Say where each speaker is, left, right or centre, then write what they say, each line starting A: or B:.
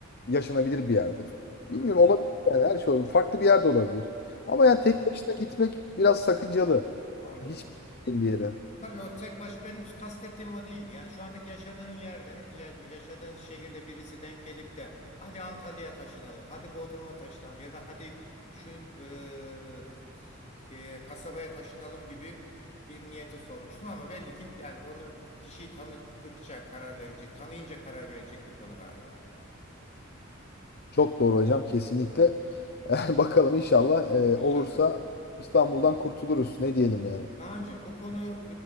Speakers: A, on the left (about 50°); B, on the left (about 35°).
A: yaşanabilir bir yerdir.
B: Hı,
A: Bilmiyorum olabilir yani her şey olabilir. Farklı bir yerde olabilir. Ama
B: an-
A: yani tek başına gitmek biraz sakıncalı.
B: anladım.
A: Hiç bilmediğim bir yere.
B: Tabii o tek baş benim kastettiğim o değildi. Yani şu andaki yaşadığın yerde, ya- yaşadığın şehirde birisi denk gelip de hadi Antalya'ya taşınalım, hadi Bodrum'a taşınalım ya da hadi şu eee, şeye, kasabaya taşınalım gibi bir niyeti sormuştum ama belli ki yani onu kişiyi tanıdıkça karar verecek, tanıyınca karar verecek bir konu galiba.
A: Çok doğru hocam kesinlikle. <laughs> Bakalım inşallah e,
B: İnşallah.
A: olursa İstanbul'dan kurtuluruz. Ne diyelim yani.
B: Kaan'cığım bu konu